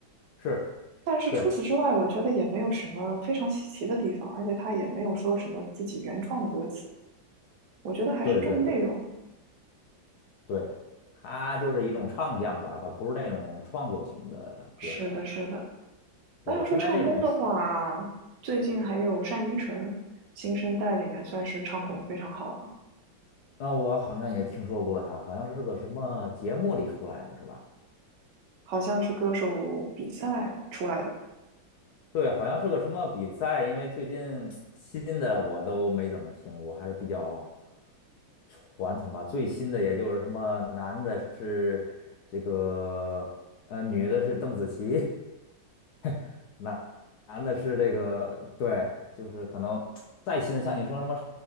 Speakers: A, on the left (about 70°); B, on the right (about 65°).
A: 是，
B: 但是除此之外，
A: 对
B: 我觉得也没有什么非常稀奇的地方，而且他也没有说什么自己原创的歌词，我觉得还是重内容。
A: 对对对对，他就是一种唱将吧，他不是那种创作型的歌手。
B: 是的，是的。那要说唱功的话，
A: 对，现在这种出，
B: 最近还有单依纯，新生代里面算是唱功非常好了，
A: 那我好像也听说过他，好像是个什么节目里出来的，是吧？
B: 好像是歌手比赛出来的
A: 对，好像是个什么比赛，因为最近新的我都没怎么听过，还是比较传统吧。最新的也就是什么男的是这个呃，女的是邓紫棋，<laughs> 男男的是这个对，就是可能再新的像你说什么